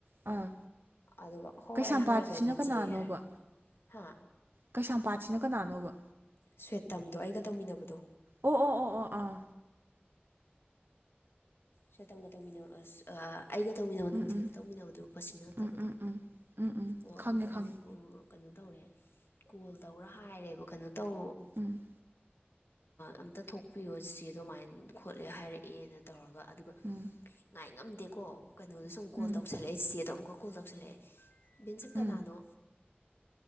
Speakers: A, on the right; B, on the left.
A: ꯑꯥ
B: ꯑꯗꯨꯒ ꯍꯣꯏ
A: ꯀꯩꯁꯥꯝꯄꯥꯠꯁꯤꯅ
B: ꯍꯥꯏꯒ꯭ꯔꯒꯦ
A: ꯀꯅꯥꯅꯣꯕ
B: ꯆꯦ ꯍꯥꯏ ꯍꯥ
A: ꯀꯩꯁꯥꯝꯄꯥꯠꯁꯤꯅ ꯀꯅꯥꯅꯣꯕ
B: ꯁ꯭ꯋꯦ ꯇꯝꯗꯣ ꯑꯩꯒ ꯇꯧꯃꯤꯟꯅꯕꯗꯣ
A: ꯑꯣ ꯑꯣ ꯑꯣ ꯑꯣ ꯑꯥ
B: ꯁ꯭ꯋꯦꯇꯝꯒ ꯇꯧꯃꯤꯟꯅꯕ ꯑꯁ ꯑꯥ ꯑꯩꯒ ꯇꯧꯃꯤꯟꯅꯕ
A: ꯎꯝ
B: ꯅꯨꯡꯊꯤꯜꯗ
A: ꯎꯝ
B: ꯇꯧꯃꯤꯟꯅꯕꯗꯣ ꯔꯨꯄꯁꯤ ꯅꯠꯇꯕꯗꯣ
A: ꯎꯝ ꯎꯝ ꯎꯝ ꯎꯝ ꯎꯝ
B: ꯑꯣ
A: ꯈꯪꯉꯦ
B: ꯑꯗꯨꯗꯣ ꯑꯩꯅ
A: ꯈꯪꯉꯦ
B: ꯑ ꯀꯅꯣ ꯇꯧꯔꯦ ꯀꯣꯜ ꯇꯧꯔ ꯍꯥꯏꯔꯦꯕ ꯀꯅꯣ ꯇꯧ
A: ꯎꯝ
B: ꯑꯝꯇ ꯊꯣꯛꯄꯤꯌꯣ ꯆꯦ ꯑꯗꯨꯃꯥꯏꯅ ꯈꯣꯠꯂꯦ ꯍꯥꯏꯔꯛꯑꯦꯅ ꯇꯧꯔꯒ ꯑꯗꯨꯒ
A: ꯎꯝ
B: ꯉꯥꯏ ꯉꯝꯗꯦꯀꯣ ꯀꯅꯣꯗꯣ ꯁꯨꯝ ꯀꯣꯜ
A: ꯎꯝ
B: ꯇꯧꯁꯜꯂꯛꯑꯦ ꯆꯦꯆꯦꯗꯣ ꯑꯃꯨꯛꯀ ꯀꯣꯜ ꯇꯧꯁꯤꯜꯂꯛꯑꯦ ꯕꯤꯟꯁꯪ
A: ꯎꯝ
B: ꯀꯅꯥꯅꯣ